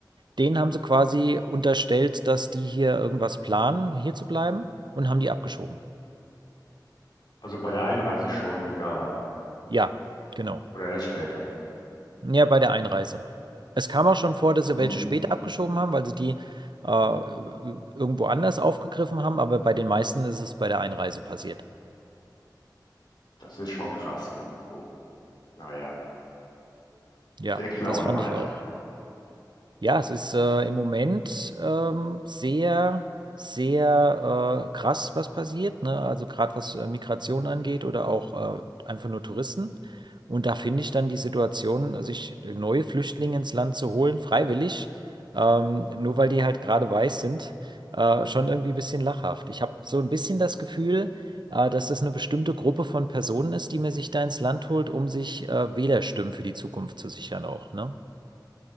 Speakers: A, on the right; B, on the left.
A: Denen haben sie quasi unterstellt, dass die hier irgendwas planen, hier zu bleiben und haben die abgeschoben.
B: Also bei der Einreise schon oder,
A: Ja, genau.
B: oder erst später.
A: Ja, bei der Einreise. Es kam auch schon vor, dass sie
B: Hm,
A: welche später abgeschoben haben, weil sie die äh, irgendwo anders aufgegriffen haben, aber bei den meisten ist es bei der Einreise passiert.
B: Das ist schon krass irgendwo. Naja,
A: Ja,
B: der Clown
A: das fand
B: halt.
A: ich auch. Ja, es ist äh, im Moment ähm, sehr, sehr äh, krass, was passiert, ne? Also gerade was äh, Migration angeht oder auch äh, einfach nur Touristen. Und da finde ich dann die Situation, sich neue Flüchtlinge ins Land zu holen, freiwillig, ähm, nur weil die halt gerade weiß sind, äh, schon irgendwie ein bisschen lachhaft. Ich habe so ein bisschen das Gefühl, äh, dass das eine bestimmte Gruppe von Personen ist, die man sich da ins Land holt, um sich äh, Wählerstimmen für die Zukunft zu sichern auch, ne?